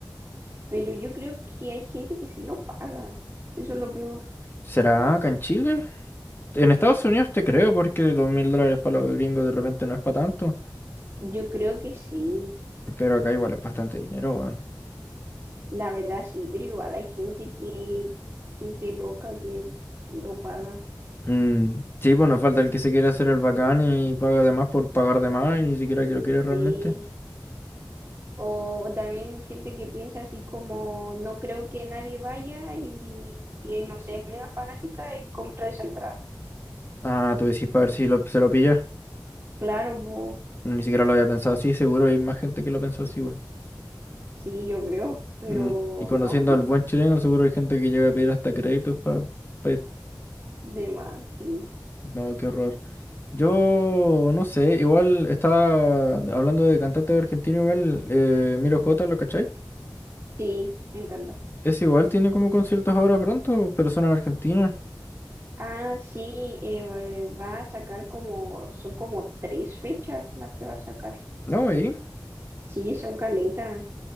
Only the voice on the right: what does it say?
pero yo creo que hay gente que sí lo paga. Eso es lo peor.
Yo creo que sí,
la verdad sí, pero igual hay gente que, gente loca que lo paga,
sí. O, o también gente que piensa así como, no creo que nadie vaya y, y no sé, es mega fanática y compra esa entrada.
Claro, po,
sí, yo creo, pero
no,
<laughs>
de más, sí.
Sí, me encanta.
Ah, sí, eh, va a sacar como, son como tres fechas las que va a sacar.
Sí, son caleta.